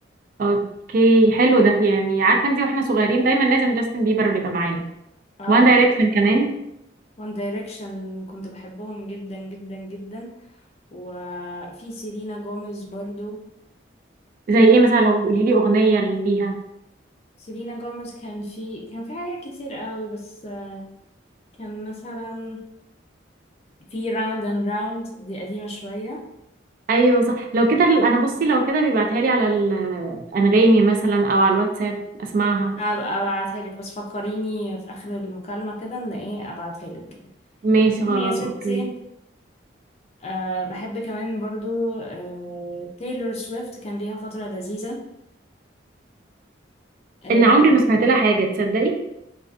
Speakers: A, on the right; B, on the left.
A: اوكي حلو ده يعني عارفه انت واحنا صغيرين دايما لازم جاستن بيبر اللي يبقى معانا
B: اه
A: وان دايركشن كمان
B: وان دايركشن كنت بحبهم جدا جدا جدا وفي سيلينا جوميز برضو
A: زي ايه مثلا لو قولي لي اغنيه ليها
B: وسيلينا جوميز كان في كان في حاجات كتير قوي بس كان مثلا في راوند اند راوند دي قديمه شويه
A: ايوه صح لو كده ال- انا بصي لو كده بيبعتها لي على الانغامي مثلا او على الواتساب اسمعها
B: هبقى ابعتها لك بس فكريني في اخر المكالمة كده ان ايه ابعتها لك
A: ماشي خلاص
B: المهم يا ستي
A: اوكي
B: أه بحب كمان برضو أه تايلور سويفت كان ليها فترة لذيذة أي
A: ان عمري
B: نعم.
A: ما سمعت لها حاجه تصدقي